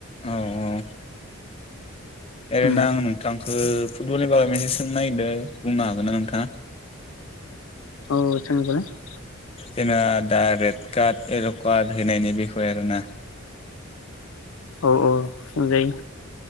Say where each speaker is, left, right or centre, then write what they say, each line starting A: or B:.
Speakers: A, on the left; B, on the left.
A: औ औ। ओरैनो
B: उम
A: आं नोंथांखो फुटबलनि बागैसो सोंनो नायगिरदो बुंनो हागोन ना नोंथाङा?
B: औ <unintelligible>
A: जेनेबा दा रेड कार्ड एल‌ कार्ड होनायनि बिखय आरोना
B: औ औ सोंजायो।